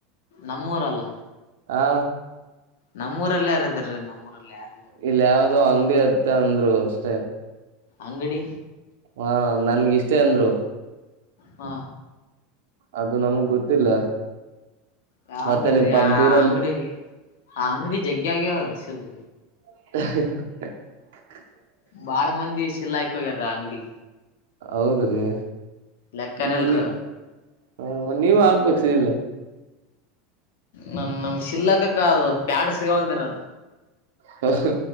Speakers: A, on the left; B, on the right.
A: ನಮ್ಮೂರಲ್ಲ.
B: ಹಾ.
A: ನಮ್ಮೂರಲ್ಲ ಯಾರದ ರೀ ನಮ್ಮೂರಲ್ಲಿ ಯಾರ.
B: ಇಲ್ಲ ಯಾವ್ದೋ ಅಂಗಡಿ. ಇತ ಅಂದ್ರು ಅಷ್ಟೇ.
A: ಅಂಗಡಿ.
B: ಹಾ ನನ್ಗ ಇಷ್ಟೇ ಅಂದ್ರು.
A: ಹಾ.
B: ಅದು ನಮಗ್ ಗೊತ್ತಿಲ್ಲ.
A: ಯಾವ
B: ಮತ್ತೆ
A: ಅಂಗಡಿ
B: ನಿಮ್ ಪಕ್ದೂರಲ್ಲಿ
A: ಆ ಅಂಗಡಿ ಆ ಅಂಗಡಿ ಜಗ್ಗಿ ಆಗವ್ರೆ. <unintelligible>
B: <unintelligible>
A: ಬಾಳ ಮಂದಿ ಶೀಲ ಹಾಕಿ ಹೋಗ್ಯಾರ ಅಂಗಡಿ.
B: ಹೌದ ರೀ.
A: ಲೆಕ್ಕನಲ್ರ
B: ನ ನೀವ್ ನೀವ ಆಗ್ಬೇಕು. ತಿಲ್.
A: ನಮ ನಮ ಶೀಲ ಕಕ್ಕ ಅದು ಪ್ಯಾಡ್ ಸಿಗಲ್ಲಾದರೆ.
B: ಹ ಹ ಹ.